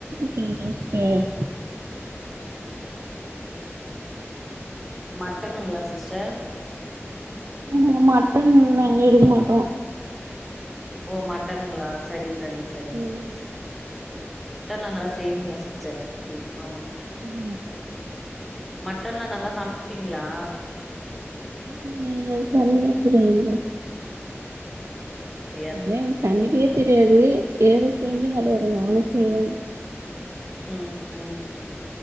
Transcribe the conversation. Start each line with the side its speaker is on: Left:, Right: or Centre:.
Right: சிஸ்டர்
Centre: மட்டனுங்ளா சிஸ்டர்
Right: ம் மட்டன் நாங்க எடுக்க மாட்டோ
Centre: ஓ மட்டன்ங்ளா சரி சரிங் சரிங்
Right: ம்
Centre: சரிங் ஸ் ட்டன் லா நல்லா செய்வீங்ளா சிஸ்டர் <unintelligible>
Right: புரில
Centre: மட்டன்லா நல்லா சமப்பீங்ளா
Right: ம் எங்கள் சமய <unintelligible> துங்க
Centre: தெரியாது.
Right: இல்ல எனக் சமிக்கவே தெரியாது ஏதோ செஞ்சு <unintelligible> நானு செய்வேன்ங்
Centre: ம் ம் ம்